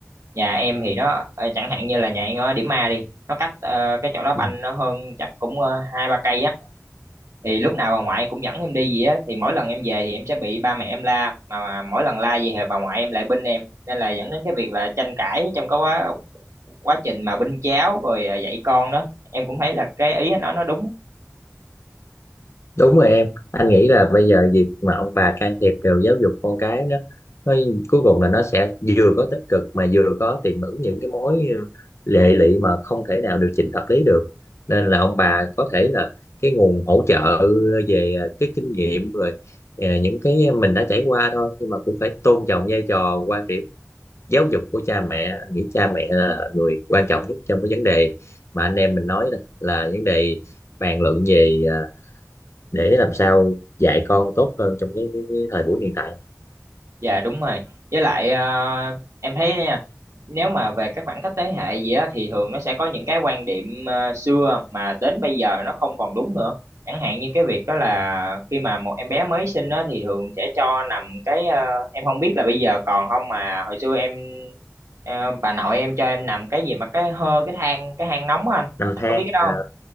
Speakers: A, on the right; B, on the left.
A: nhà em thì nó ờ, chẳng hạn như là nhà em ở Điểm A đi nó cách ờ, cái chỗ đó banh
B: ừ
A: nó hơn chắc cũng ờ, hai ba cây á thì lúc nào bà ngoại cũng dẫn em đi gì á thì mỗi lần em về thì em sẽ bị ba mẹ em la mà, mà mỗi lần la vậy thì bà ngoại em lại binh em nên là dẫn đến cái việc là tranh cãi trong cái quá quá trình mà binh cháu rồi ờ, dạy con đó em cũng thấy là cái ý nó nó đúng
B: đúng rồi em anh nghĩ là bây giờ việc mà ông bà can thiệp vào giáo dục con cái đó nó cuối cùng là nó sẽ vừa có tích cực mà vừa có tiềm ẩn những cái mối ừ, lệ lụy mà không thể nào điều chỉnh hợp lý được nên là ông bà có thể là cái nguồn hỗ trợ về ờ, cái kinh nghiệm rồi ờ, những cái mình đã trải qua thôi nhưng mà cũng phải tôn trọng vai trò quan điểm giáo dục của cha mẹ anh nghĩ cha mẹ là người quan trọng nhất trong cái vấn đề mà anh em mình nói nè, là vấn đề bàn luận về ờ, để làm sao dạy con tốt hơn trong cái cái, cái thời buổi hiện tại
A: Dạ đúng rồi. Với lại ờ, em thấy nha, nếu mà về các khoảng cách thế hệ gì á thì thường nó sẽ có những cái quan điểm ờ, xưa mà đến bây giờ nó không còn đúng nữa. Chẳng hạn như cái việc đó là khi mà một em bé mới sinh á thì thường sẽ cho nằm cái ờ, em không biết là bây giờ còn không mà hồi xưa em ờ, bà nội em cho em nằm cái gì mà cái hơ cái than cái hang nóng á anh.
B: nằm
A: Anh
B: than
A: có biết cái đó
B: à,
A: không?